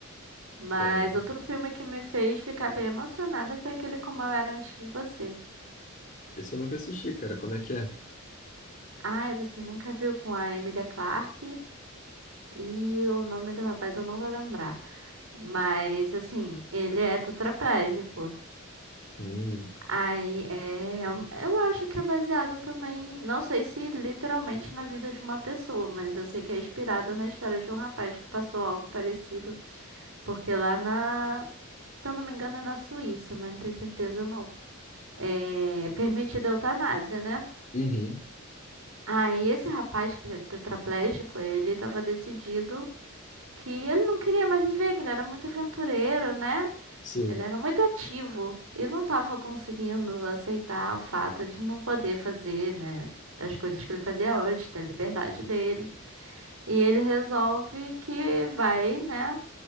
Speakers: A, on the right (about 90°); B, on the left (about 40°).
A: Mas
B: É,
A: outro filme que me fez ficar bem emocionada foi aquele Como Eu Era Antes de Você.
B: esse eu nunca assisti, cara. Como é que é?
A: Ai, você nunca viu com a Emilia Clarke e o nome do rapaz eu não vou lembrar. Mas, assim, ele é tetraplégico.
B: Hum,
A: Aí, é, eu eu acho que é baseado também, não sei se literalmente na vida de uma pessoa, mas eu sei que é inspirada na história de um rapaz que passou algo parecido. Porque lá na, se eu não me engano, é na Suíça, mas não tenho certeza não. é, permitida a eutanásia, né?
B: uhum,
A: Aí esse rapaz que é tetraplégico, ele estava decidido que ele não queria mais viver, que ele era muito aventureiro, né?
B: sim,
A: Ele era muito ativo e não estava conseguindo aceitar o fato de não poder fazer, né, as coisas que ele fazia antes, ter liberdade dele. E ele resolve que vai, né,